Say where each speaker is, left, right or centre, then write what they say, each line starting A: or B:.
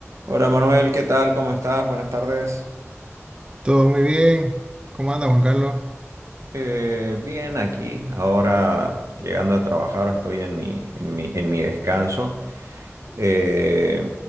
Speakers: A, on the right; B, on the right.
A: Hola Manuel, ¿qué tal? ¿Cómo estás? Buenas tardes.
B: Todo muy bien. ¿Cómo anda, Juan Carlos?
A: Eh, bien, aquí, ahora llegando a trabajar, estoy en mi, en mi, en mi descanso. Eh,